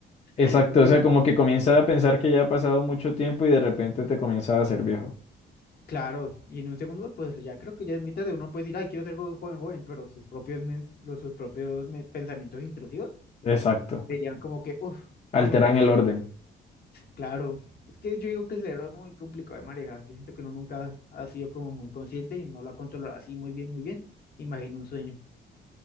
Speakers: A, on the left; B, on the left.
A: <laughs>
B: Exacto,
A: Yo creo-
B: o sea, como que comienzas a pensar que ya ha pasado mucho tiempo y de repente te comienzas a hacer viejo.
A: Claro, y en un segundo, pues ya creo que ya es muy tarde. Uno puede decir, ay, quiero ser joven, joven, joven", pero sus propios, mens- los, sus propios me- pensamientos intrusivos
B: Exacto.
A: serían como que, uff,
B: Alteran
A: no, mi hermano,
B: el
A: usted-
B: orden.
A: claro. Es que yo digo que el cerebro es muy complicado de manejar. Yo siento que uno nunca ha sido como muy consciente y no lo ha controlado así muy bien, muy bien. Imagino un sueño.